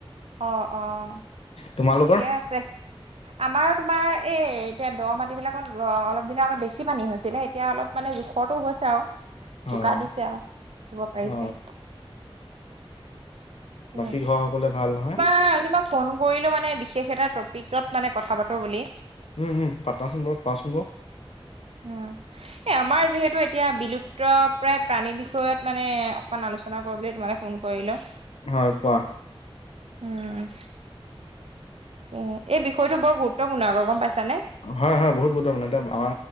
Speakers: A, on the right; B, on the left.
A: অ', অ'
B: তোমালোকৰ?
A: ঠিকে আছে। আমাৰ তোমাৰ এই এতিয়া দ মাটি বিলাকত অলপ দিনৰ আগত বেছি পানী হৈছিলে, এতিয়া অলপ মানে জোখৰটো হৈছে আৰু
B: অ'।
A: বোকা দিছে আৰু হ'ব পাৰিছে।
B: অ বাকী
A: এ,
B: ঘৰৰ সকলোৱে ভাল নহয়
A: বা আজি মই ফোন কৰিলো মানে বিশেষ এটা টপিকত মানে কথা পাতো বুলি।
B: হুম, হুম, পাচোন বাৰু কোৱাচোন বাৰু।
A: উম। এ আমাৰ যিহেতু এতিয়া বিলুপ্তপ্ৰায় প্ৰাণী বিষয়ত মানে অকমান আলোচনা কৰিব বুলি তোমালে ফোন কৰিলো।
B: হয়, কোৱা।
A: উম। এ-এই বিষয়টো বৰ গুৰুত্বপূৰ্ণ আকৌ গম পাইছানে।
B: হয় হয় বহুত গুৰুত্বপূৰ্ণ, এতিয়া আমা